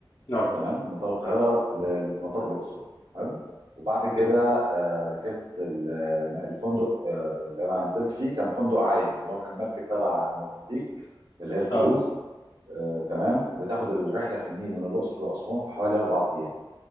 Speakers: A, on the left; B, on the right.
A: اه
B: تمام من مطار القاهره ل- لمطار الاقصر حلو وبعد كده
A: تمام
B: آه، ركبت ال- الفندق آه، اللي انا نزلت فيه كان فندق عايم يعني هو كان مركب تبع موزمبيق اللي هي الكروز
A: اه
B: آه، تمام بتاخد الرحله في النيل من الاقصر لاسوان في حوالي اربع ايام